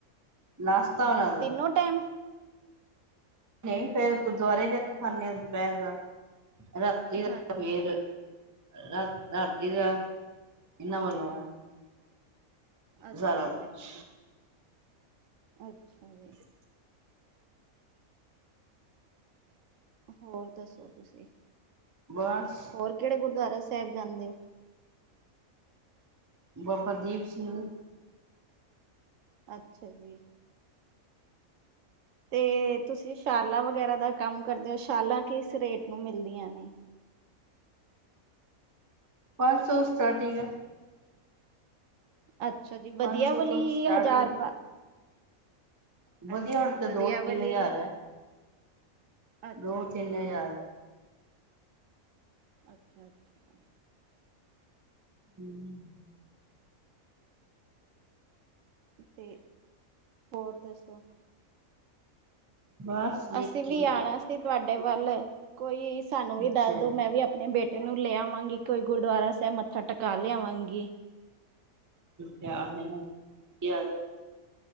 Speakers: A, on the right (about 20°); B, on the right (about 70°).
A: ਨਾਸ਼ਤਾ
B: ਅੱਛਾ
A: ਉਹਨਾਂ ਦਾ
B: ਤਿੰਨੋ ਟਾਈਮ
A: ਨਹੀਂ ਫੇਰ ਗੁਰਦੁਆਰੇ, ਜਾ ਕੇ ਖਾਣੇ ਆ ਦੁਪਹਿਰ ਦਾ, ਰਾਤੀ ਦਾ
B: ਹਾਂਜੀ
A: ਫੇਰ ਰਾ ਰਾਤੀ ਦਾ, ਇਹਨਾਂ ਵੱਲੋਂ ਆ
B: ਅੱਛਾ
A: ਸਾਰਾ
B: ਜੀ
A: ਕੁਛ
B: ਅੱਛਾ ਅੱਛਾ ਜੀ।
A: <unintelligible>
B: ਹੋਰ ਦੱਸੋ ਤੁਸੀਂ?
A: ਬਸ
B: ਹੋਰ ਕਿਹੜੇ ਗੁਰਦੁਆਰਾ ਸਾਹਿਬ ਜਾਂਦੇ ਹੋ?
A: ਬਾਬਾ ਦੀਪ ਸਿੰਘ,
B: ਅੱਛਾ ਜੀ, ਤੇ ਤੁਸੀਂ, ਸ਼ਾਲਾਂ ਵਗੈਰਾ ਦਾ ਕੰਮ ਕਰਦੇ ਹੋ? ਸ਼ਾਲਾਂ ਕਿਸ ਰੇਟ ਨੂੰ ਮਿਲਦੀਆਂ ਨੇ
A: ਪੰਜ ਸੌ, ਸਟਾਰਟਿੰਗ ਹੈ
B: ਅੱਛਾ ਜੀ,
A: ਪੰਜ
B: ਵਧੀਆ
A: ਸੌ
B: ਵਾਲੀ
A: ਤੋਂ
B: ਹੀ
A: ਸਟਾਰਟਿੰਗ
B: ਹਜ਼ਾਰ
A: ਵਧੀਆ
B: ਅੱਛਾ
A: ਵਾਲੀ ਤੇ,
B: ਵਧੀਆ
A: ਦੋ ਤਿੰਨ
B: ਵਾਲੀ
A: ਹਜ਼ਾਰ ਹੈ।
B: ਅੱਛਾ
A: ਦੋ
B: ਜੀ
A: ਤਿੰਨ ਹਜ਼ਾਰ,
B: ਅੱਛਾ ਅੱਛਾ
A: ਹੂੰ, <inaudible>
B: ਤੇ ਹੋਰ ਦੱਸੋ?
A: ਬਸ ਜੀ
B: ਅਸੀਂ ਵੀ
A: ਠੀਕ
B: ਆਣਾ
A: ਹੈ
B: ਸੀ, ਤੁਹਾਡੇ ਵੱਲ ਕੋਈ ਸਾਨੂੰ ਵੀ
A: ਅੱਛਾ
B: ਦੱਸ ਦੋ, ਮੈਂ ਵੀ ਆਪਣੇ ਬੇਟੇ ਤੈਨੂੰ ਲੈ ਆਵਾਂਗੀ, ਕੋਈ ਗੁਰਦੁਆਰਾ ਸਾਹਿਬ ਮੱਥਾ, ਟਕਾ ਲਿਆਵਾਂਗੀ।
A: ਜੇ ਆਣਾ ਈ ਤੇ, ਆ ਜਾਓ